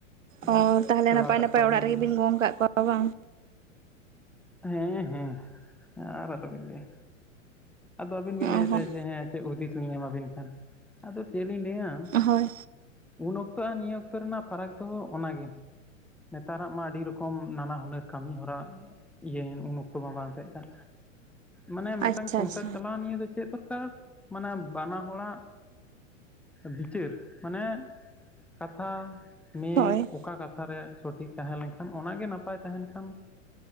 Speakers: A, in the centre; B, on the right.
A: ᱟᱫᱚ
B: ᱚᱻ ᱛᱟᱦᱚᱞᱮ
A: ᱡᱚᱲᱟᱣ
B: ᱱᱟᱯᱟᱭ
A: ᱠᱟᱜ
B: ᱱᱟᱯᱟᱭ
A: ᱠᱚᱣᱟᱞᱤᱧ
B: ᱚᱲᱟᱜ ᱨᱮᱜᱮᱵᱤᱱ
A: ᱟᱹᱞᱤᱧ ᱫᱚ
B: ᱜᱚᱝ ᱟᱠᱟᱫ ᱠᱚᱣᱟ ᱵᱟᱝ᱾
A: ᱦᱮᱸ ᱦᱮᱸ ᱟᱨ ᱟᱞᱚ ᱵᱤᱱ ᱞᱟᱹᱭᱟ ᱟᱫᱚ ᱟᱹᱵᱤᱱ ᱵᱤᱱ
B: ᱚ
A: ᱞᱟᱹᱭᱮᱫ
B: ᱦᱚᱸ
A: ᱛᱟᱦᱮᱸᱫ ᱡᱮ ᱦᱮᱸ ᱪᱮᱫ ᱦᱩᱫᱤᱥ ᱞᱤᱧ ᱮᱢᱟᱵᱤᱱ ᱠᱷᱟᱱ ᱟᱫᱚ ᱪᱮᱫ ᱞᱤᱧ ᱞᱟᱹᱭᱟ᱾
B: ᱦᱳᱭ
A: ᱩᱱ ᱚᱠᱛᱚ ᱟᱨ ᱱᱤᱭᱟᱹ ᱚᱠᱛᱚ ᱨᱮᱱᱟᱜ ᱯᱷᱟᱨᱟᱠ ᱫᱚ ᱚᱱᱟᱜᱮ᱾ ᱱᱮᱛᱟᱨᱟᱜ ᱢᱟ ᱟᱹᱰᱤ ᱨᱚᱠᱚᱢ ᱱᱟᱱᱟ ᱦᱩᱱᱟᱹᱨ ᱠᱟᱹᱢᱤ ᱦᱚᱨᱟ ᱩᱱ ᱚᱠᱛᱚ ᱢᱟ ᱵᱟᱝ ᱛᱟᱦᱮᱸ ᱠᱟᱱ ᱢᱟᱱᱮ ᱢᱤᱫᱴᱟᱝ
B: ᱟᱪᱪᱷᱟ ᱟᱪᱪᱷᱟ
A: ᱢᱟ ᱱᱤᱭᱟᱹ ᱫᱚ ᱪᱮᱫ ᱫᱚᱨᱠᱟᱨ ᱢᱟᱱᱮ ᱵᱟᱱᱟ ᱦᱚᱲᱟᱜ ᱵᱤᱪᱟᱹᱨ ᱢᱟᱱᱮ ᱠᱟᱛᱷᱟ ᱢᱤᱫ
B: ᱦᱳᱭ
A: ᱚᱠᱟ ᱠᱟᱛᱷᱟᱨᱮ ᱥᱚᱴᱷᱤᱠ ᱛᱟᱦᱮᱸ ᱞᱮᱱᱠᱷᱟᱱ ᱚᱱᱟᱜᱮ ᱱᱟᱯᱟᱭ ᱛᱟᱦᱮᱱ ᱠᱷᱟᱱ